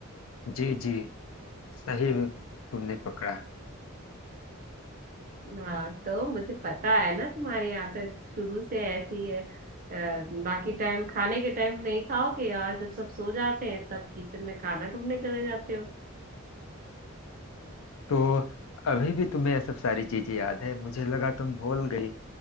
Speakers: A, on the left; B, on the right.
A: जी जी सही में तुमने पकड़ा
B: हाँ तो मुझे पता है ना तुम्हारी आदत शुरू से ऐसी है अ, बाकी टाइम खाने के टाइम नहीं खाओगे और जब सब सो जाते हैं तब किचन में खाना ढूंढने चले जाते हो
A: तो अभी भी तुम्हें ये सब सारी चीजें याद है मुझे लगा तुम भूल गई